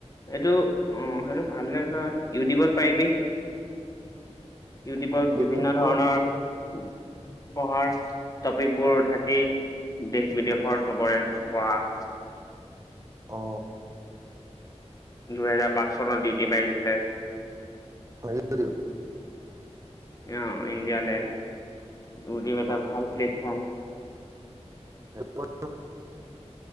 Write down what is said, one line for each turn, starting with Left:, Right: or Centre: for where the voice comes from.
Left: এইটো অ সেইটো ভাল নে তই ইউটিউবত পাৰিবি ইউটিউবত
Right: অ ইউটিউবত?
Left: বিভিন্ন ধৰণৰ পঢ়াৰ টপিকবোৰ থাকেই, দেশ- বিদেশৰ
Right: অ
Left: চবৰে পঢ়া <inaudible>
Right: অ।
Left: দুহেজাৰ পাঁচ চনত ডিউটি মাৰিছিলে।
Right: <unintelligible>
Left: অ ইণ্ডিয়ালে, ইউটিউব এটা
Right: অ,
Left: ভাল
Right: অ।
Left: প্লেটফৰ্ম।
Right: <unintelligible> <inaudible>